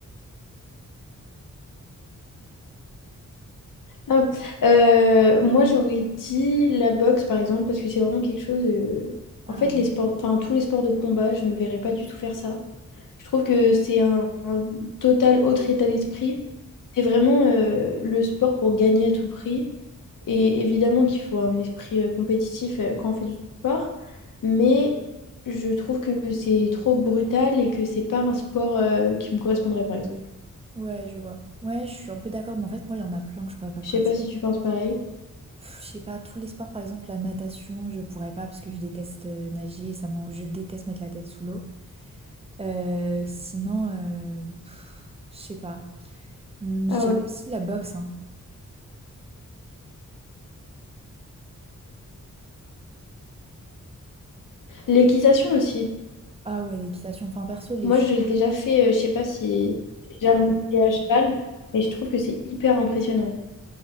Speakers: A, on the left; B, on the right.
A: ah, euh, moi j'aurais dit la boxe, par exemple, parce que c'est vraiment quelque chose. euh,
B: Ah
A: En fait,
B: ouais.
A: les sports, enfin tous les sports de combat, je me verrais pas du tout faire ça. Je trouve que c'est un, un total autre état d'esprit. C'est vraiment euh, le sport pour gagner à tout prix. Et évidemment qu'il faut un esprit euh, compétitif euh, quand on fait du sport, mais je trouve que c'est trop brutal et que c'est pas un sport euh, qui me correspondrait, par exemple.
B: Ouais, je vois. Ouais, je suis un peu d'accord, mais en fait, moi, il y en a plein que je pourrais pas
A: Je
B: pratiquer.
A: sais pas si tu penses pareil.
B: Pff, Je sais pas, tous les sports, par exemple, la natation, je pourrais pas parce que je déteste euh, nager, ça m'en- je déteste mettre la tête sous l'eau. Euh, sinon, euh, pff, je sais pas. Hum, J'aime
A: Ah ouais.
B: aussi la boxe, hein.
A: L'équitation aussi.
B: Ah ouais, l'équitation. Enfin, perso, les
A: Moi,
B: chevaux.
A: j'ai déjà fait, euh, je sais pas si j'ai déjà monté à cheval, mais je trouve que c'est hyper impressionnant.